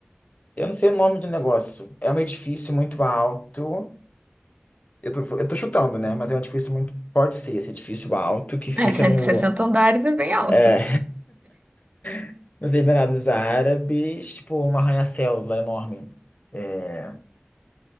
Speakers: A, on the left (about 40°); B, on the right (about 35°).
A: eu não sei o nome do negócio. É um edifício muito alto. Eu tô, eu tô chutando, né? Mas é um edifício muito. Pode ser esse edifício alto que fica
B: É, cento
A: no.
B: e sessenta andares é bem alta.
A: É, <laughs> nos Emirados Árabes, tipo, um arranha-céu lá enorme. É,